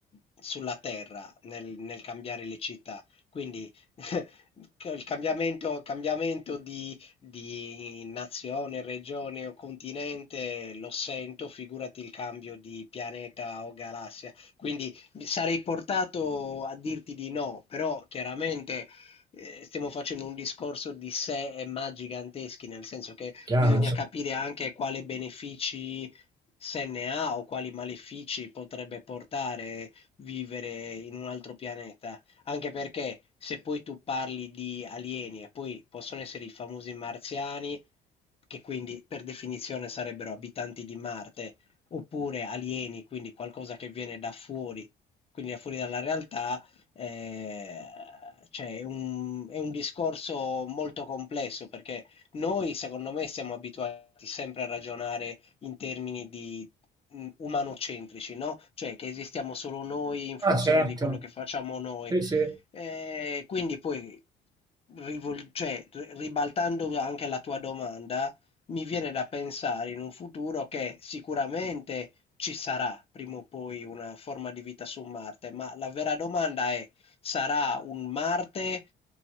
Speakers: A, on the left; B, on the right.
A: sulla terra nel, nel cambiare le città, quindi <laughs> che il cambiamento, cambiamento di, di nazione, regione o continente lo sento, figurati il cambio di pianeta o galassia. Quindi mi sarei portato a dirti di no, però chiaramente eh, stiamo facendo un discorso di sé e ma giganteschi, nel senso che
B: Chiaro.
A: bisogna capire anche quale benefici se ne ha o quali malefici potrebbe portare vivere in un altro pianeta. Anche perché se poi tu parli di alieni e poi possono essere i famosi marziani, che quindi per definizione sarebbero abitanti di Marte, oppure alieni, quindi qualcosa che viene da fuori, quindi da fuori dalla realtà Ehm, cioè è un, è un discorso molto complesso perché noi, secondo me, siamo abituati sempre a ragionare in termini di mh, umanocentrici, no? Cioè che esistiamo solo noi in funzione
B: Ah, certo.
A: di quello che facciamo noi.
B: Sì, sì.
A: Eh, quindi poi, rivol- cioè, ri- ribaltando anche la tua domanda, mi viene da pensare in un futuro che sicuramente ci sarà prima o poi una forma di vita su Marte, ma la vera domanda è, sarà un Marte